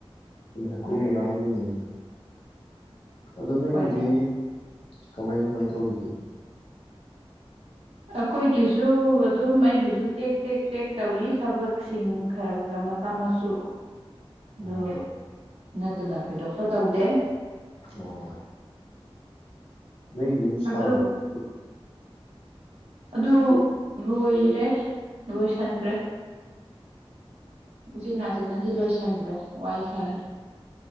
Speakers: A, on the left (about 70°); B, on the right (about 75°).
A: ꯑꯗꯨꯝ ꯍꯩꯀ꯭ꯔꯨ ꯃꯅꯥꯒꯨꯝꯕꯅꯤꯗ ꯑꯗ‌ꯣ ꯅꯣꯏꯒꯤꯗꯤ
B: ꯍꯣꯏꯅꯦ
A: ꯀꯃꯥꯏ ꯀꯃꯥꯏ ꯇꯧꯕꯤꯒꯦ
B: ꯑꯩꯈꯣꯏꯒꯤꯁꯨ ꯑꯗꯨꯝ ꯑꯩꯒꯤꯁꯨ ꯇꯦꯛ ꯇꯦꯛ ꯇꯦꯛ ꯇꯧꯔꯤ ꯊꯕꯛꯁꯤꯡ ꯈꯔ ꯈꯔ ꯃꯆꯥ ꯃꯁꯨ ꯑꯗꯨ
A: ꯑꯣ
B: ꯅꯠꯇꯅ ꯊꯣꯏꯗꯣꯛꯄ ꯇꯧꯗꯦ
A: ꯑꯣ ꯅꯣꯏ ꯌꯨꯝ ꯁꯥꯕꯗꯨꯗꯤ
B: ꯑꯗꯨ ꯑꯗꯨ ꯂꯣꯏꯔꯦ ꯂꯣꯏꯁꯤꯟꯈ꯭ꯔꯦ ꯎꯆꯤꯟ ꯅꯥꯆꯤꯟꯅꯗꯤ ꯂ‌ꯣꯏꯁꯤ ꯈꯟꯕ꯭ꯔ ꯋꯥꯏꯁꯪꯉꯤ